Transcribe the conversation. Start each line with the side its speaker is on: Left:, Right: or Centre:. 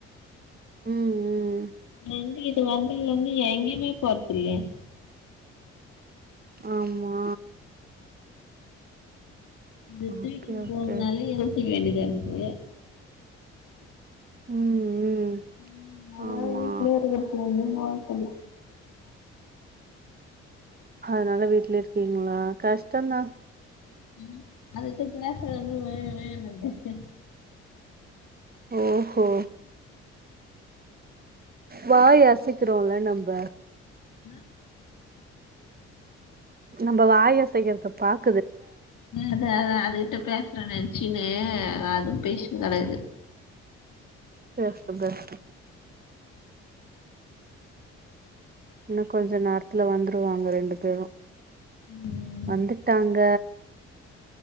Right: ம் ம்
Left: வந்து இது வந்தது வந்து எங்கேயுமே போறது இல்லையே
Right: ஆமா
Left: இநத
Right: ஓகே
Left: தூக்கின்னு போவூனாலே
Right: ஓகே
Left: யோசிக்க வேண்டியத இருக்கு
Right: ம் ம்
Left: ம் அததா
Right: ஆமா
Left: வீட்லயே இருக்கரது எங்கேயும் போறது இல்ல
Right: அதனால வீட்லயே இருக்கீங்களா கஷ்டம்தா
Left: ம் அதுக்கு <unintelligible>
Right: ஓஹோ வாய் அசக்கிறோலா நம்ம
Left: என்ன
Right: நம்ம வாயை அசைக்கிறது பாத்து
Left: அத அதுகிட்ட பேசுறே நினைச்சினே அதுவு பேசுன்னு கடக்கது
Right: பேசட்டும் பேசட்டும் இன்னும் கொஞ்ச நேரத்துல வந்துருவாங்க ரெண்டு பேரும்
Left: ம்
Right: வந்துட்டாங்க